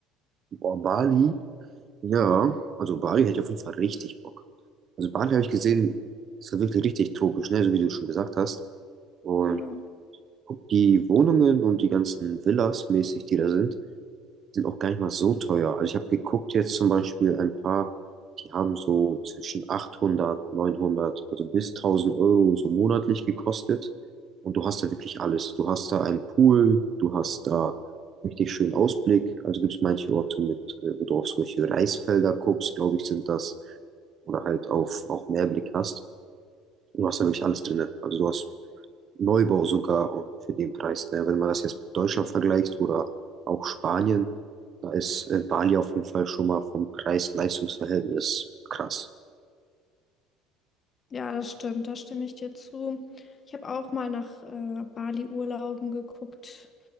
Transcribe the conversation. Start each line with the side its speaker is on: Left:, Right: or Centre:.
Right: Boah, Bali, ja, also Bali hätte ich auf jeden Fall richtig Bock. Also Bali habe ich gesehen, ist ja wirklich richtig tropisch, ne, so wie du schon gesagt hast. Und
Left: Genau.
Right: guck, die Wohnungen und die ganzen Villas mäßig, die da sind, sind auch gar nicht mal so teuer. Also ich habe geguckt jetzt zum Beispiel ein paar, die haben so zwischen 800, 900, also bis 1000 Euro so monatlich gekostet. Und du hast da wirklich alles. Du hast da einen Pool, du hast da richtig schönen Ausblick. Also gibt es manche Orte mit, äh, wo du auf solche Reisfelder guckst, glaube ich, sind das. Oder halt auf auch Meerblick hast. Du hast da wirklich alles drin. Also du hast Neubau sogar und für den Preis. Ne? Wenn man das jetzt mit Deutschland vergleicht oder auch Spanien, da ist äh, Bali auf jeden Fall schon mal vom Preis-Leistungs-Verhältnis krass.
Left: Ja, das stimmt, da stimme ich dir zu. Ich habe auch mal nach äh, Bali-Urlauben geguckt